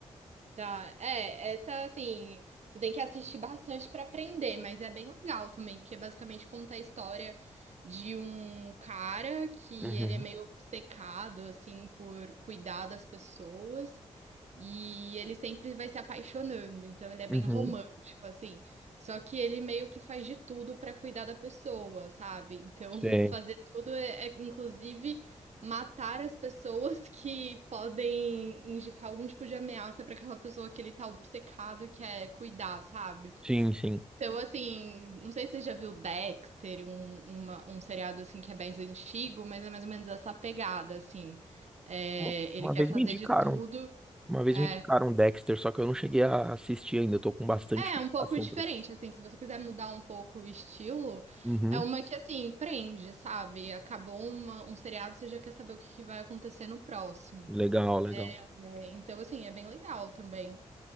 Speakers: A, on the right (about 65°); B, in the centre.
A: Tá, é, essa assim, você tem que assistir bastante pra aprender, mas é bem legal também, porque é basicamente conta a história de um cara que
B: Uhum,
A: ele é meio obcecado assim por cuidar das pessoas e ele sempre vai se apaixonando, então ele é bem
B: uhum.
A: romântico assim. Só que ele meio que faz de tudo pra cuidar da pessoa, sabe? Então,
B: Sim,
A: <laughs> o fazer tudo é é, inclusive matar as pessoas <laughs> que podem indicar algum tipo de ameaça pra aquela pessoa que ele tá obcecado que é cuidar, sabe?
B: sim, sim.
A: Então, assim, não sei se você já viu Dexter, um, uma- um seriado assim que é bem antigo, mas é mais ou menos essa pegada, assim. É,
B: Uma,
A: ele
B: uma
A: quer
B: vez
A: fazer
B: me indicaram,
A: de tudo.
B: uma vez
A: É,
B: me indicaram Dexter, só que eu não cheguei a assistir ainda, eu tô com bastante
A: é é
B: indicação
A: um pouco diferente,
B: pra... assistir.
A: assim, se você quiser mudar um pouco o estilo,
B: Uhum,
A: é uma que, assim, prende, sabe? Acabou uma- um seriado, você já quer saber o que que vai acontecer no próximo.
B: legal, legal.
A: É, então, assim, é bem legal também.